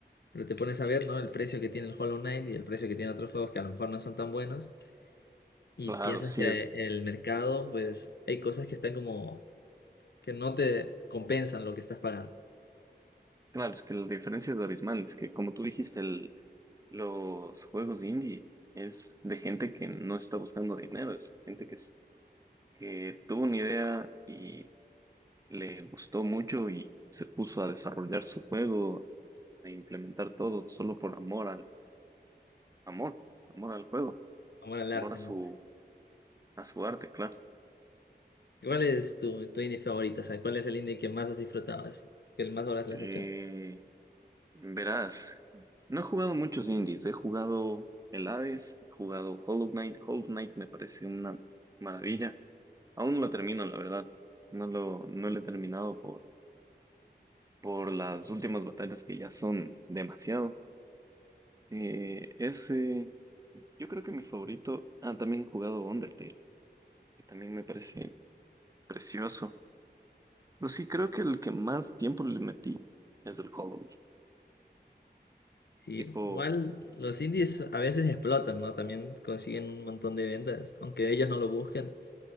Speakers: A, on the left; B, on the right.
A: Pero te pones a ver, ¿no? El precio que tiene el Hollow Knight y el precio que tiene otros juegos que a lo mejor no son tan buenos. Y
B: Claro,
A: piensas
B: sí
A: que
B: es.
A: el mercado, pues hay cosas que están como que no te compensan lo que estás pagando.
B: Claro, es que la diferencia es abismal. Es que, como tú dijiste, el- los juegos indie es de gente que no está buscando dinero, es gente que, es- que tuvo una idea y le gustó mucho y se puso a desarrollar su juego, a implementar todo solo por amor al amor, amor al juego,
A: Amor al arte,
B: amor a su,
A: ¿no?
B: a su arte, claro.
A: ¿Cuál es tu, tu indie favorito? O sea, ¿cuál es el indie que más has disfrutado? Así? ¿Que el más horas
B: Eh,
A: le has echado?
B: Verás, no he jugado muchos indies, he jugado el Hades, he jugado Hollow Knight, Hollow Knight me parece una maravilla. Aún no lo termino, la verdad. No lo, no lo he terminado por, por las últimas batallas que ya son demasiado. Eh, ese, yo creo que mi favorito, ah, también he jugado Undertale, que también me parece precioso. Pero sí, creo que el que más tiempo le metí es el Hollow Knight.
A: Sí,
B: Tipo,
A: igual los indies a veces explotan, ¿no? También consiguen un montón de ventas, aunque ellos no lo buscan,